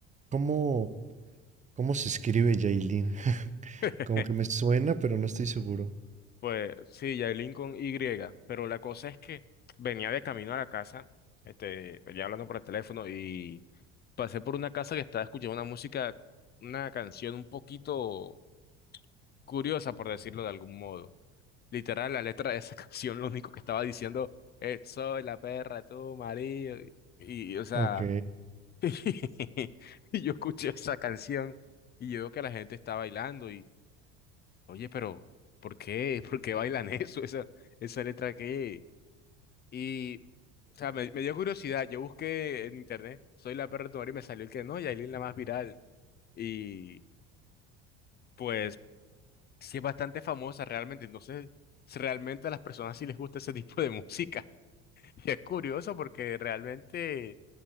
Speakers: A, on the right (about 20°); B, on the left (about 30°).
A: ¿cómo, cómo se escribe Yailin? <laughs>
B: <laughs>
A: Como que me suena, pero no estoy seguro.
B: Pues sí, Yailin con Y, pero la cosa es que venía de camino a la casa, este, venía hablando por el teléfono y pasé por una casa que estaba escuchando una música, una canción un poquito curiosa, por decirlo de algún modo. Literal, la letra de esa <laughs> canción lo único que estaba diciendo es, soy la perra, tú, marido. Y, y, o sea,
A: Ok,
B: <laughs> y yo escuché esa canción y yo veo que la gente está bailando y, oye, pero, ¿por qué? <laughs> ¿Por qué bailan eso? Esa, esa letra que... Y, o sea, me, me dio curiosidad. Yo busqué en internet, soy la perra, de tu marido, y me salió el que no, Yailin la más viral. Y, pues, sí es bastante famosa realmente. Entonces, realmente a las personas sí les gusta ese tipo de música. Y es curioso porque realmente